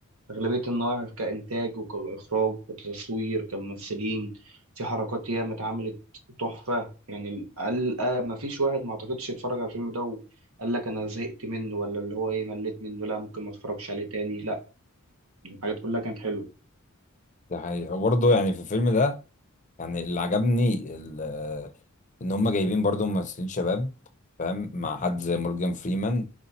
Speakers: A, on the right; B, on the left.
A: أغلبية النواحي كإنتاج وكإخراج كتصوير كممثلين في حركات ياما اتعملت تحفة يعني قال آه ما فيش واحد ما أعتقدش يتفرج على الفيلم ده وقال لك أنا زهقت منه ولا اللي هو إيه مليت منه لا ممكن ما أتفرجش عليه تاني لا الحاجات كلها كانت حلوة
B: ده حقيقة وبرضه يعني في الفيلم ده يعني اللي عجبني ال- آه، ان هم جايبين برضو ممثلين شباب فاهم مع حد زي مورجان فريمان